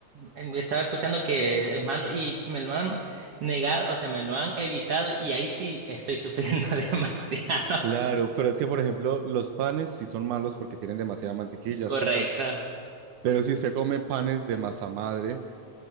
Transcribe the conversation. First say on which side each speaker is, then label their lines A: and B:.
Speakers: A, on the right (about 55°); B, on the right (about 85°).
A: em, Estaba escuchando que es malo y me lo han negado, o sea, me lo han evitado y ahí sí estoy sufriendo <laughs> demasiado.
B: Claro, pero es que, por ejemplo, los panes sí son malos porque tienen demasiada mantequilla,
A: Correcto.
B: azúcar, pero si usted come panes de masa madre,